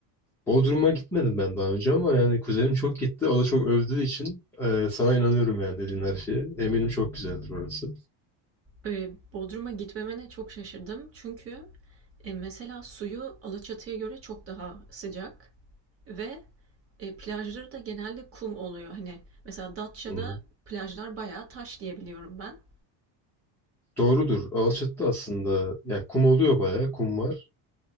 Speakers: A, in the centre; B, on the right.
A: Bodrum'a gitmedim ben daha önce ama yani kuzenim çok gitti. O da çok övdüğü için e, sana inanıyorum yani dediğin her şeye. Eminim çok güzeldir orası.
B: Eee, Bodrum'a gitmemene çok şaşırdım. Çünkü e, mesela suyu Alaçatı'ya göre çok daha sıcak. Ve e, plajları da genelde kum oluyor. Hani mesela Datça'da
A: Hı hı.
B: plajlar bayağı taş diye biliyorum ben.
A: Doğrudur. Alçattı aslında. Ya kum oluyor bayağı. Kum var.